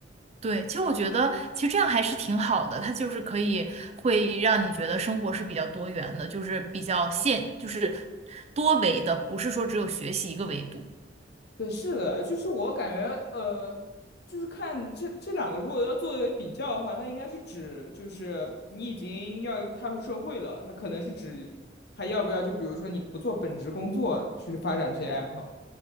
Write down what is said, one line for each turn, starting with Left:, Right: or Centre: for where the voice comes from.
Right: 对，其实我觉得其实这样还是挺好的，它就是可以会让你觉得生活是比较多元的，就是比较现，就是多维的，不是说只有学习一个维度。
Left: 对，是的，就是我感觉呃，就是看这这两个如果要作为比较的话，它应该是指就是你已经要踏入社会了，它可能是指还要不要就比如说你不做本职工作去发展这些爱好